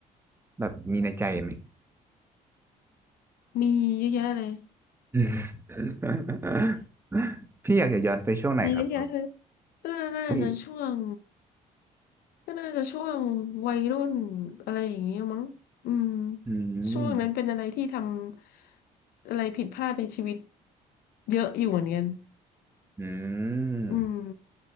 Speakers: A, on the right (about 15°); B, on the left (about 75°).
A: แบบมีในใจไหม
B: มีเยอะแยะเลย
A: อืม <laughs> พี่อยากจะย้อนไปช่วงไหนครับ
B: มีเยอะแยะเลยก็น่าจะช่วง
A: พี่
B: ก็น่าจะช่วงวัยรุ่นอะไรอย่างเงี้ยมั้งอืม
A: อืม
B: ช่วงนั้นเป็นอะไรที่ทำอะไรผิดพลาดในชีวิตเยอะอยู่เหมือนกัน
A: อืม
B: อืม